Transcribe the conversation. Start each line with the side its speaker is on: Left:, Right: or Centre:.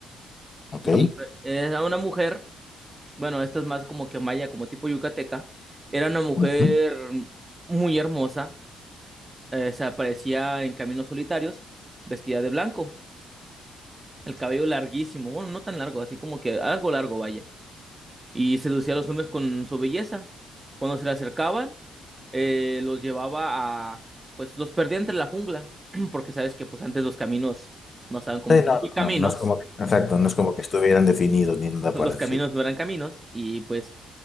Left: Ok.
Right: La mujer- era una mujer, bueno, esta es más como que maya, como tipo yucateca, era una mujer
Left: Ujú.
Right: muy hermosa, eh, se aparecía en caminos solitarios, vestida de blanco, el cabello larguísimo, bueno, no tan largo, así como que algo largo, vaya, y seducía a los hombres con su belleza. Cuando se le acercaban, eh, los llevaba a, pues los perdía entre la jungla, <clears throat> porque sabes que pues antes los caminos no estaban como
Left: Sí,
Right: que
Left: no,
Right: muy caminos.
Left: no, no es como que, exacto, no es como que estuvieran definidos ni nada
Right: los
Left: parecido.
Right: caminos no eran caminos y pues